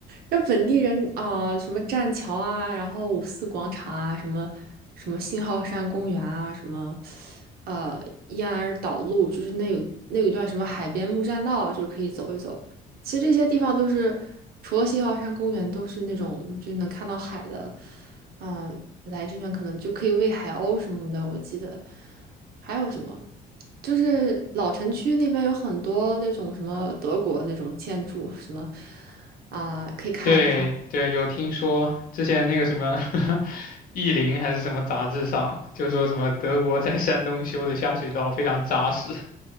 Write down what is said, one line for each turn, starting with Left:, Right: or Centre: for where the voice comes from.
Right: 那本地人啊、呃什么栈桥啊，然后五四广场啊，什么什么信号山公园啊，什么呃燕儿岛路，就是那有那有一段什么海边木栈道啊，就是可以走一走。其实这些地方都是除了信号山公园，都是那种就能看到海的。嗯、来这边可能就可以喂海鸥什么的，我记得还有什么。就是老城区那边有很多那种什么德国那种建筑，什么，啊、可以看一看。
Left: 对对，有听说之前那个什么 <laughs>《意林》还是什么杂志上，就说什么德国在山东修的下水道非常扎实，